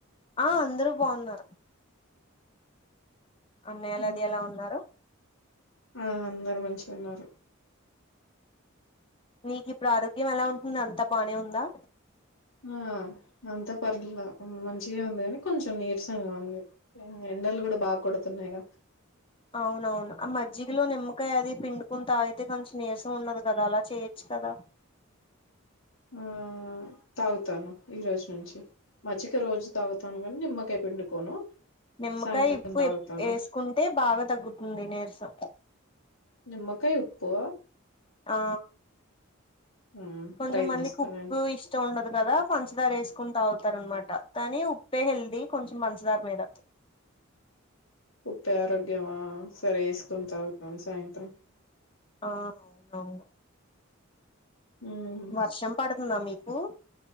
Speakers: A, on the left (about 25°); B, on the left (about 65°).
A: ఆ అందరూ బావున్నారు అన్నయ్య ఆల్
B: ఉమ్
A: అది ఎలా ఉన్నారు
B: ఆ అందరు మంచిగా ఉన్నారు
A: నీకు ఇప్పుడు ఆరోగ్యం ఎలా ఉంటంది అంతా బానే ఉందా?
B: ఆ అంతా పర్లా మంచిగా ఉంది కాని కొంచెం నీరసంగా ఉంది ఎండలు కూడా బాగా కొడుతున్నాయ్ గా
A: అవునవును ఆ మజ్జిగలో నిమ్మకాయ అది పిండుకుని తాగితే కొంచెం నీరసం ఉండదు కదా అలా చేయొచ్చు కదా
B: ఉమ్ తాగుతాను ఈ రోజు నుంచి మచ్చిక రోజు తాగుతాను కాని నిమ్మకాయ పిండుకోను
A: నిమ్మకాయ
B: సాయంత్రం
A: ఇప్
B: తాగుతాను
A: ఎప్ వేసుకుంటే బాగా తగ్గుతుంది నీరసం
B: నిమ్మకాయ ఉప్పు
A: ఆ
B: ఉమ్
A: కొంచెం
B: ప్రయత్నిస్తానండి
A: మందికి ఉప్పు ఇష్ ఇష్టం ఉండదు కదా పంచదార వేసుకుని తాగుతారు అనమాట కానీ ఉప్పే హెల్దీ కొంచెం పంచదార మీద
B: ఉప్పే ఆరోగ్యమా సరే వేసుకోన్ తాగుతాన్ సాయంత్రం
A: ఆ అవునవును
B: ఉమ్
A: వర్షం పడుతుందా మీకు?